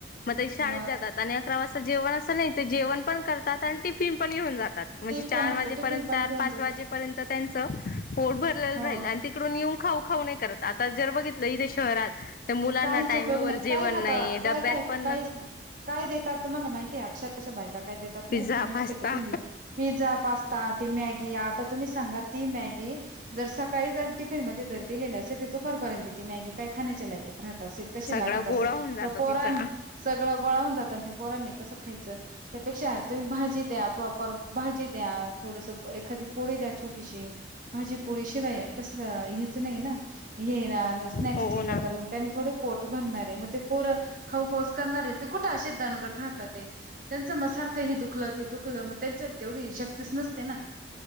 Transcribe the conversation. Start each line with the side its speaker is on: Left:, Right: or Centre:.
Left: मग ते शाळेत
Right: मग
Left: जातात. आणि अकरा वाजता जेवण असं नाही ते जेवण पण करतात आणि टिफिन पण घेऊन जात
Right: टिफन
Left: चर वाजे
Right: टिफिन
Left: पर्यत
Right: पण घेऊन
Left: पाच
Right: जात
Left: वाजे पर्यत त्यांच पोट भर रा
Right: हो
Left: इकडून येऊन खाऊ खाऊ नाही करत आता जर बघितलं इथे शहरात मुलांना
Right: काहीच
Left: टाईमेवर
Right: उपयोग नाही
Left: जेवण
Right: काय खाता
Left: नाही
Right: काय
Left: डब्यात
Right: काय
Left: पण
Right: काहीच नाही. काय देतात तुम्हाला माहिती अक्षरशच्या बायका काय देतात
Left: पिझ्झा
Right: माहिती माहिती
Left: पास्ता
Right: काे पिनला पिझ्झा, पास्ता ती मॅगी आता तुम्ही सांगा ती मॅगी जर सकाळी जर टिफिन मध्ये जर दिलेलं असेल तर दुपारपर्यंत ती मॅगी काय खाण्याच्या लायकीत राहत असेल. कशी
Left: सगळा
Right: लागत असेल
Left: गोळा
Right: त्या
Left: होऊन जातो
Right: पोरां
Left: तिचा
Right: सगळं गोळावून जात आणि त्या पोरांनी कसं खायचं. त्यापेक्षा अर तुम्ही भाजी द्या प्रॉपर भाजी द्या थोडस एखादी पोळी द्या छोटीशी. भाजीपोळी शिवाय कस हेच नाही ना हे स्नॅक्सचे
Left: हो ना
Right: प्रकार आणि थोडे पोट भरणारे मग ते पूर खाऊखऊस करणारे ते कुठे असे दणगट राहतात ते त्यांचं मसारखंही दुखलं ते दुखलं मग त्यांच्या तेवढी शक्तीच नसते ना